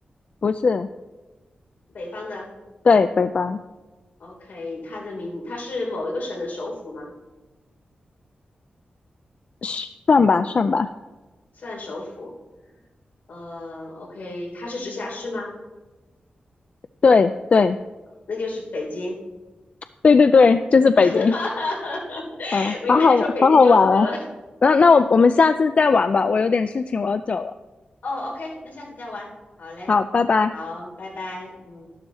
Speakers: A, on the left; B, on the left.
A: <laughs> 不是，
B: 北方的
A: 对，北方，
B: ？OK，它的名，它是某一个省的首府吗？
A: 嘘算吧算吧，
B: 算首府。呃，OK，它是直辖市吗？
A: 对对
B: 那就是北京。
A: 对对对，就是北京。
B: <laughs>
A: 啊，
B: 我一看就说北京就好了。
A: 好好玩，好好玩哦。那那我我们下次再玩吧，我有点事情，我要走了。
B: 哦，OK，那下次再玩。好嘞，
A: 好，拜拜。
B: 好，拜拜。嗯。